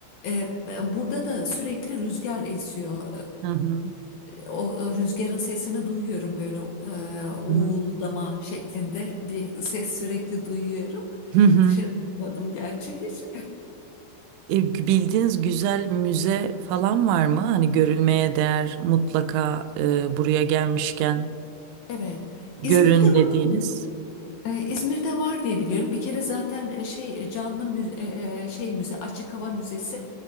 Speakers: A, on the left; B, on the right.
A: E, burada da sürekli rüzgar esiyor.
B: Hı hı.
A: E, o rüzgarın sesini duyuyorum böyle e, uğuldama
B: Hı hı.
A: şeklinde bir ses sürekli duyuyorum.
B: Hı hı.
A: Dışarı çıkmadım gerçi hiç.
B: E, bildiğiniz güzel müze falan var mı? Hani görülmeye değer mutlaka e, buraya gelmişken
A: Evet.
B: görün
A: İzmir'de
B: dediğiniz.
A: var mı? Ee, İzmir'de var diye biliyorum. Bir kere zaten e, şey e, canlı mü- e, e, şey müze açık hava müzesi